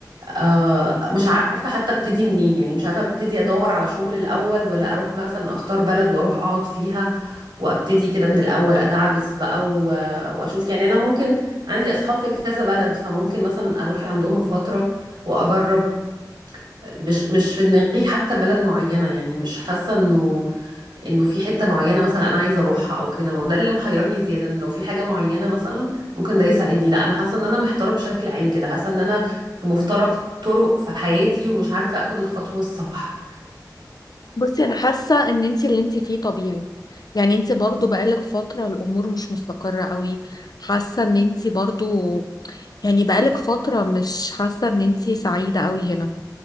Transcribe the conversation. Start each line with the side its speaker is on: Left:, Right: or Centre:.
Right: آه، مش عارفة حتى أبتدي منين يعني مش عارفة أبتدي أدور على شغل الأول ولا أروح مثلا أختار بلد وأروح أقعد فيها وابتدي كده من الاول ادعبس بقى و... واشوف يعني انا ممكن عندي اصحاب في كذا بلد فممكن مثلا اروح عندهم فتره واجرب مش مش في دماغي حتى بلد معينه يعني مش حاسه انه انه في حته معينه مثلا انا عايزه اروحها او كده ما هو ده اللي محيرني زياده إن لو في حاجه معينه مثلا ممكن ده يساعدني لا انا حاسه ان انا محتاره بشكل عام كده حاسه ان انا في مفترق طرق في حياتي ومش عارفه اخد الخطوه الصح
Left: بصي انا حاسه ان انت اللي انت فيه طبيعي يعني انت برضو بقالك فتره الامور مش مستقره قوي حاسه ان انت برضو يعني بقالك فتره مش حاسه ان انت سعيده قوي هنا